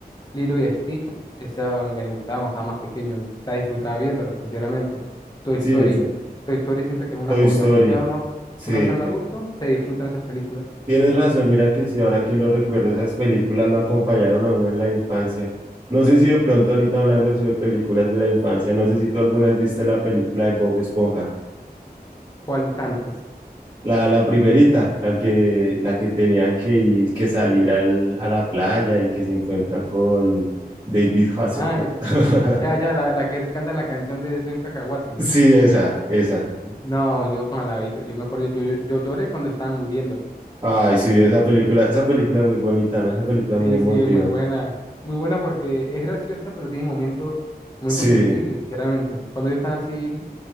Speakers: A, on the left; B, on the right.
A: Lilo y Stitch, esa me gustaba cuando estaba más pequeño, la disfrutaba viéndola, sinceramente. Toy
B: Sí,
A: Story,
B: esa.
A: Toy Story siento que es una
B: Toy
A: joya,
B: Story.
A: aunque sea uno,
B: Sí,
A: uno sea un adulto, se disfrutan esas películas.
B: Tienes razón, mira que sí, ahora que lo recuerdo, esas películas lo acompañaron a uno en la infancia. No sé si de pronto ahorita hablando de eso de películas de la infancia, no sé si tú alguna vez viste la película de Bob Esponja,
A: ¿Cuál de tantas?
B: la, la primerita, la que, la que tenían que ir, que salir al, a la playa y que se encuentran con David Hasselhoff.
A: Ah,
B: <laughs>
A: Ya, ya, la, la que canta la canción de Soy un cacahuate.
B: Sí, esa, esa.
A: No, yo cuando la vi, yo, yo me acuerdo, yo, yo, yo lloré cuando estaban muriendo.
B: Ay, sí, esa película, esa película es muy bonita, ¿no? Esa película es
A: Sí,
B: muy emotiva.
A: sí, es muy buena. Muy buena porque es graciosa, pero tiene momentos, momentos
B: Sí,
A: sensibles, sinceramente. Cuando ellos están así